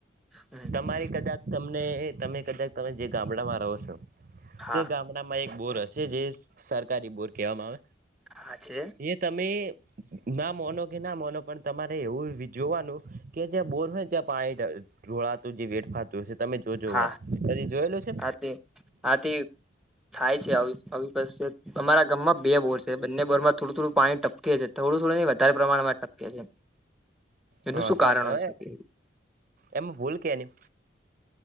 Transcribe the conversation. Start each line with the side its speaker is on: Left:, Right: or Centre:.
Centre: હમ.
Right: એમાઈ કદા તમને તમે કદા તમે જે ગામડામાં રહો છો,
Centre: હા
Right: તે ગામ ગામમાં એક બોર હશે, જે સરકારી બોર કહેવામાં આવે.
Centre: હા છે.
Right: એ તમે ના મોનો કે ના મોનો, પણ તમારે એવું જોવાનું. કે જ્યાં બોર હોય ને, ત્યાં પાણી ઢોળાતું જે વેડફાત હશે તો, તમે જોજો
Centre: હા
Right: વાર જોયેલો છે.
Centre: હા તે હા તી થાય છે, આવી આવી અમારા ગામમાં બે બોર છે, બંને બોરમાં થોડું થોડું પાણી ટપકે છે, થોડું-થોડું નહી, વધારે પ્રમાણમાં ટપકે છે.
Right: હા
Centre: એનું શું
Right: તો
Centre: કારણ
Right: હવે
Centre: હોય શકે?
Right: એમાં ભૂલ કેની.